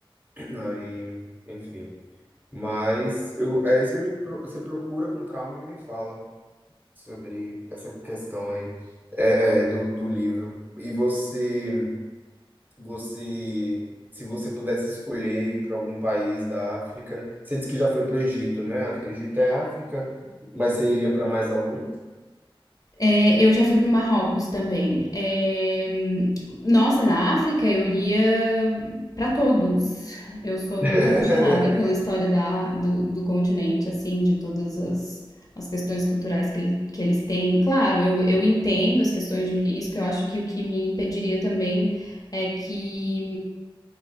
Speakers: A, on the right; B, on the left.
A: <clears throat> Aí, enfim. Mas eu, é você me, pro- você procura com calma e me fala sobre essa questão aí é, é, do, do livro. E você. você, se você pudesse escolher ir para algum país da África, você disse que já foi para o Egito, né? Egito é África, mas você iria para mais algum?
B: É, eu já fui para o Marrocos também. Eh, nossa, na África eu iria para todos. Eu sou
A: <laughs>
B: muito apaixonada pela história da, do, do continente, assim, de todas as, as questões culturais que, ele, que eles têm. Claro, eu, eu entendo as questões de risco, eu acho que o que me impediria também é que